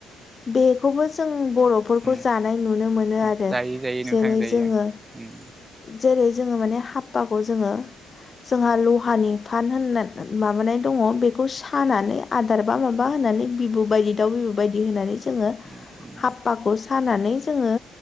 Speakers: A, on the left; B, on the right.
A: बेखौबो जों बर'फोरखौ
B: उम
A: जानाय नुनो मोनो
B: उम
A: आरो।
B: जायो जायो नोंथां
A: जेरै
B: जायो
A: जोङो
B: ओं
A: जेरै जोङो माने हाबपाखौ जोङो जोंहा लहानि फान होन माबानाय दङ बे खौ सानानै आदार बा माबा होनानै बिबु बायदि दाउ बिबु बायदि होनानै जोङो
B: उम उम
A: हाफ्फाखौ सानानै जोङो